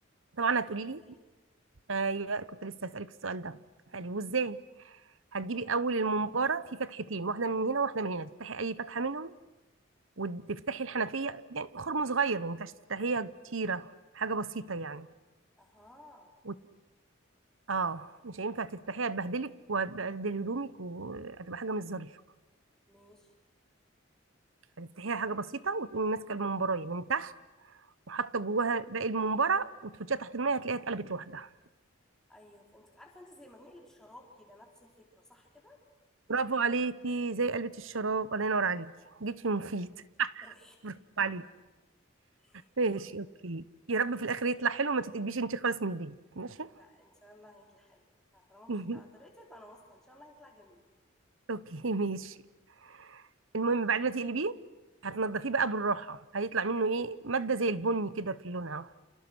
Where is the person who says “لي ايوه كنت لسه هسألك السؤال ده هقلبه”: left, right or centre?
Right